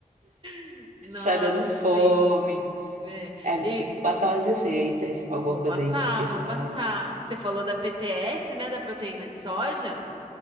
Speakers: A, on the right; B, on the right.
A: <laughs> Nossa,
B: Tá dando fome.
A: sim. É.
B: É, você
A: E
B: tem que me passar umas receitas, alguma
A: eu vou
B: coisa
A: passar,
B: aí que você
A: vou
B: faz.
A: passar. Você falou da PTS, né, da proteína de soja?